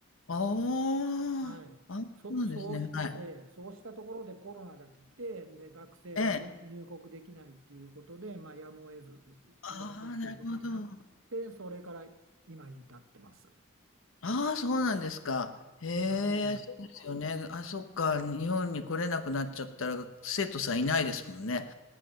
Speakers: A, on the left; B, on the right.
A: ああ、
B: はい、
A: あ、そうなんですね。
B: そ、そうし、
A: はい。
B: で、そうしたところでコロナが来て、で、学生が入、
A: ええ。
B: 入国できないっていうことで、まあ、やむを得ず、いやめるっていうことになって、
A: ああ、なるほど。
B: それから今に至ってます。
A: ああ、そうなんですか。へ
B: はい、
A: え、そうですよね。あ、そっか。日本に来れなくなっちゃったら、生徒さんいないですもんね。